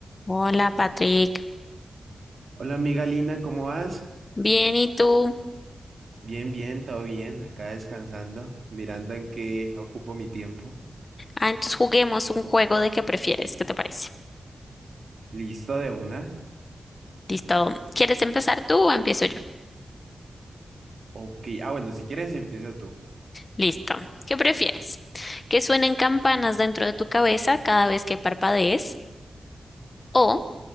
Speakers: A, on the left; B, on the right.
A: Hola, Patrick.
B: Hola amiga Lina, ¿cómo vas?
A: Bien, ¿y tú?
B: Bien, bien, todo bien, acá descansando, mirando en qué ocupo mi tiempo.
A: Ah, entonces juguemos un juego de qué prefieres. ¿Qué te parece?
B: ¿Listo de una?
A: Listo. ¿Quieres empezar tú o empiezo yo?
B: Ok, ah bueno, si quieres empieza tú.
A: Listo. ¿Qué prefieres? ¿Que suenen campanas dentro de tu cabeza cada vez que parpadees? ¿O